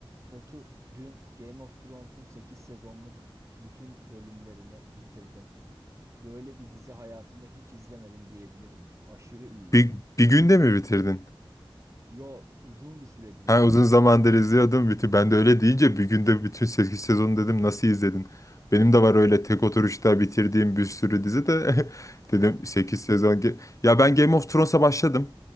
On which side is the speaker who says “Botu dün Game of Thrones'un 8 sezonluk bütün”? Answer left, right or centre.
Right